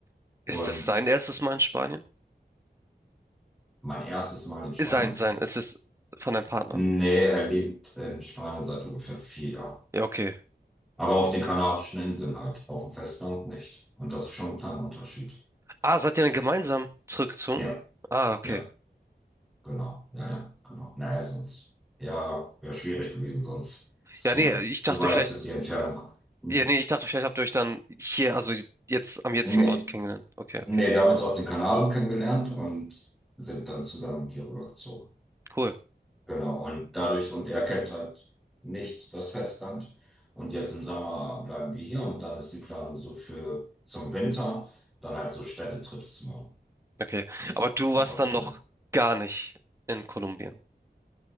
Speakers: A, in the centre; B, on the right (about 15°).
A: Und
B: Ist es sein erstes Mal in Spanien?
A: mein erstes Mal in Spanien.
B: Äh, Sein, sein. Es ist von deinem Partner.
A: Nee, er lebt in Spanien seit ungefähr vier Jahren.
B: Ja, okay.
A: Aber auf den Kanarischen Inseln halt, auf dem Festland nicht. Und das ist schon ein kleiner Unterschied.
B: Ah, seid ihr dann gemeinsam zurückgezogen?
A: Ja,
B: Ah, okay.
A: ja. Genau, ja, ja, genau. Naja, sonst, ja, wäre schwierig gewesen, sonst ist
B: Ja,
A: zu
B: nee,
A: weit,
B: ich
A: zu
B: dachte
A: weit
B: vielleicht,
A: sind die Entfernung. Hm.
B: ja, nee, ich dachte vielleicht habt ihr euch dann hier, also jetzt am jetzigen
A: Nee,
B: Ort kennengelernt. Okay, okay.
A: nee, wir haben uns auf den Kanaren kennengelernt und sind dann zusammen hier rübergezogen.
B: Cool.
A: Genau, und dadurch, und er kennt halt nicht das Festland. Und jetzt im Sommer bleiben wir hier und dann ist die Planung so für zum Winter, dann halt so Städtetrips zu machen.
B: Okay.
A: Muss
B: Aber du
A: einfach
B: warst dann
A: verwenden.
B: noch gar nicht in Kolumbien.